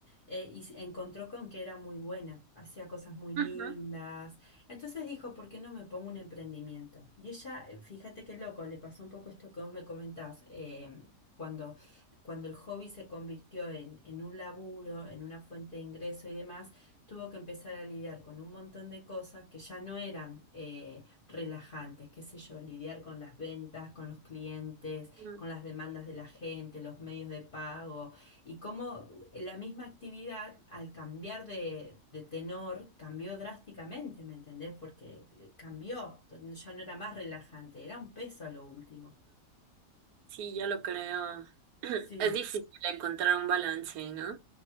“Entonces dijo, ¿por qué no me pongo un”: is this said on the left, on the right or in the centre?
Left